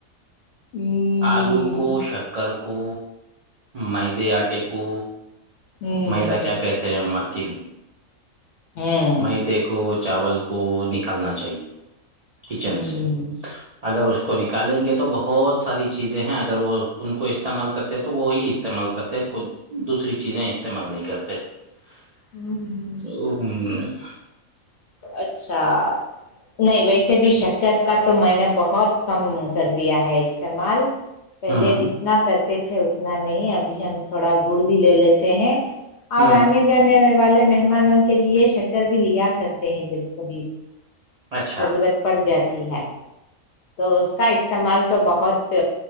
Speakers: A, on the left; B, on the right.
A: ہوں
B: آلو کو ش ککر کو مدے آٹے کو
A: ہوں
B: میدا کیا کہتے ہیں مرکن
A: ہوں
B: میں دیک کو چاول کو نکالنا چاہیے کچن
A: ہوں
B: سے
A: ہوں
B: اگر اس کو نکالیں گے تو بہت ساری چیزیں ہیں اگر وہ ان کو استعمال کرتے ہیں تو وہی استعمال کرتے ہیں کو دوسری چیزیں استعمال نہیں کرتے او
A: ہوں اچھا نہیں ویسے بھی شکر کا تو میں نے بہت کم کر دیا ہے استعمال پہلے
B: ہوں
A: جتنا کرتے تھے اتنا نہیں ابھی ہم تھوڑا گڑ بھی لے لیتے ہیں اور
B: ہوں
A: آنے جانے والے مہمان ان کے لیے شکر بھی لیا کرتے ہیں جب کبھی
B: اچھا
A: ضرورت پڑ جاتی ہے تو اس کا ح استعمال تو بہت